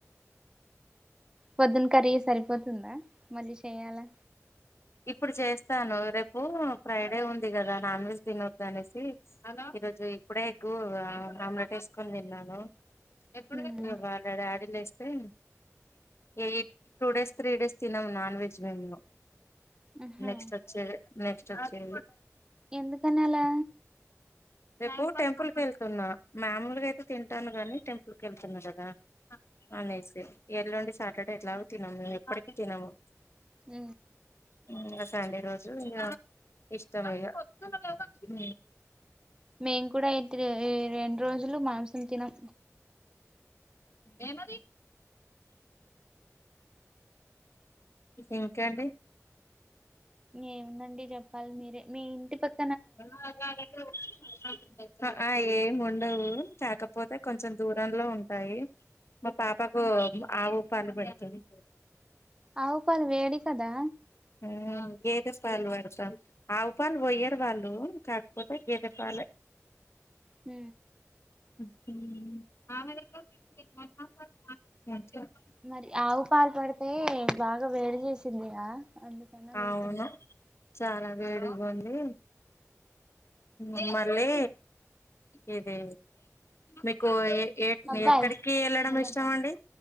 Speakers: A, on the right (about 15°); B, on the left (about 55°).
A: పొద్దున కర్రీ సరిపోతుందా మళ్ళీ చెయ్యాలా
B: ఇప్పుడు చేస్తాను రేపు ఫ్రైడే ఉంది కదా నాన్ వెజ్ తినొద్దు అనేసి ఈరోజు ఇప్పుడే ఎగ్ ఆమ్లెట్ వేసుకొని తిన్నాను ఇగ
A: ఉమ్,
B: వాళ్ళ డాడీ లేసి eight two days three days తినము నాన్ వెజ్ మేము
A: ఆహా
B: నెక్స్ట్ వచ్చేదే నెక్స్ట్ వచ్చేదే
A: ఎందుకని అలా
B: రేపు టెంపుల్ వెళ్తున్నా మాముూలుగా అయితే తింటాను గానీ టెంపుల్ కి వెళ్తున్నా కదా అనేసి ఎల్లుండి సాటర్డే ఎట్లాగో తినము మేము ఎప్పటికి తినము
A: ఊ
B: ఇంగ సండే రోజు ఇంగ ఇష్టం ఇగ హు
A: మేము కూడా అయితే ఈ రెండు రోజులు మాంసం తినం
B: ఏమది ఇంకేంటి
A: ఏముందండి చెప్పాలి మీరే మీ ఇంటి పక్క
B: <unintelligible> ఆ ఆ ఏం ఉండవు కాకపోతే కొంచెం దూరంలో ఉంటాయి మా పాపకు ఆవు పాలు పెడుతుంది
A: అవు పాలు వేడి కదా
B: ఊ గేదె పాలు పాడుతాం ఆవు పాలు పోయ్యారు వాళ్ళు కాకపోతే గేదె పాలు
A: ఉ
B: ఉహు <inaudible>
A: మరి ఆవు పాలు పడితే బాగా వేడి చేసిందిగా అందుకనీ అడుగుతున్న
B: అవును చాలా వేడిగా ఉంది ఊ మరీ ఇది మీకు ఏ ఏ
A: అబ్బాయి
B: ఎక్కడికి వెళ్ళడం
A: మున్నబ్బాయి
B: ఇష్టం అండి